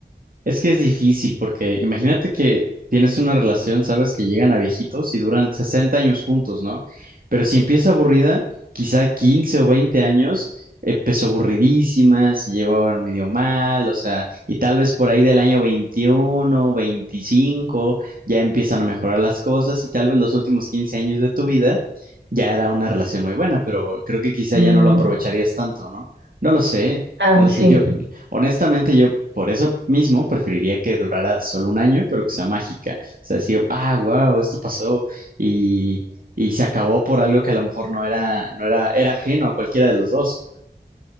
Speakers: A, on the right; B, on the right.
A: Es que es difícil porque imagínate que tienes una relación, sabes que llegan a viejitos y duran 60 años juntos, ¿no? Pero si empieza aburrida, quizá 15 o 20 años eh, empezó aburridísima, se llevaban medio mal, o sea, y tal vez por ahí del año 21, 25 ya empiezan a mejorar las cosas y tal vez los últimos 15 años de tu vida ya era una relación muy buena, pero creo que quizá
B: Mm.
A: ya no lo aprovecharías tanto, ¿no? No lo sé,
B: Ah,
A: no lo
B: sí.
A: sé, yo, Honestamente, yo por eso mismo preferiría que durara solo un año, pero que sea mágica. O sea, decir, ah, wow, esto pasó y, y se acabó por algo que a lo mejor no era, no era, era ajeno a cualquiera de los dos.